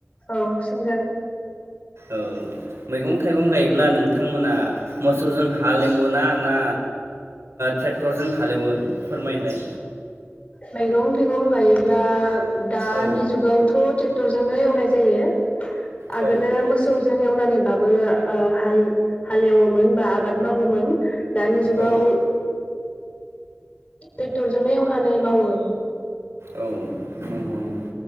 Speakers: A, on the left; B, on the right.
A: औ सोंजागोन
B: औ मैगं थाइगं गायोब्ला नोंथांमोना मोसौजों हालेवोना ना ट्रेक्टरजों हालेवो? फोरमायलाय
A: मैगं थाइगं गायोब्ला दानि
B: औ
A: जुगावथ ट्रे क्टर जोंनो एवनाय जायो।
B: औ
A: आगोलो मोसौजों एवलानानैबाबो बो ओ हा-हालेवोमोन बा आबाद मावोमोन। दानि जुगाव
B: औ
A: ट्रेक्टरजोंनो एवनानै मावो।
B: औ नंगौ नंगौ